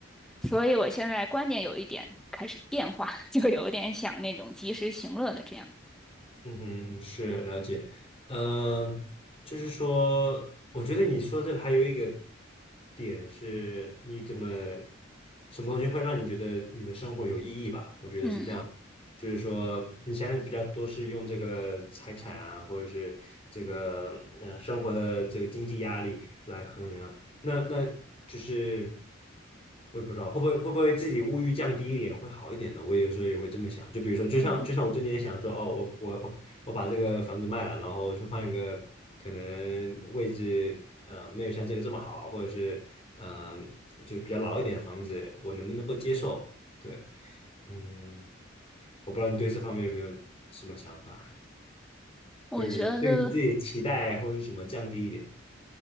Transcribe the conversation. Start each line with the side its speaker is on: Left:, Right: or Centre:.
Centre: 所以我现在观点有一点开始变化，<laughs> 就有点想那种及时行乐的这样，
Left: 嗯哼，是了解，呃，就是说，我觉得你说这个还有一个点是，你怎么什么东西会让你觉得你的生活有意义吧？我觉得是这样，
Centre: 嗯
Left: 就是说你现在比较多是用这个财产啊，或者是这个呃生活的这个经济压力来衡量，那那就是。我也不知道会不会会不会自己物欲降低一点会好一点呢？我有时候也会这么想，就比如说，就像就像我最近也想说，
Centre: 嗯。
Left: 哦，我我我我把这个房子卖了，然后去换一个可能位置，呃，没有像这个这么好，或者是嗯、呃，就比较老一点的房子，我能不能够接受？对，嗯，我不知道你对这方面有没有什么想法？
Centre: 我觉得
Left: 对于对于自己的期待或者是什么降低一点？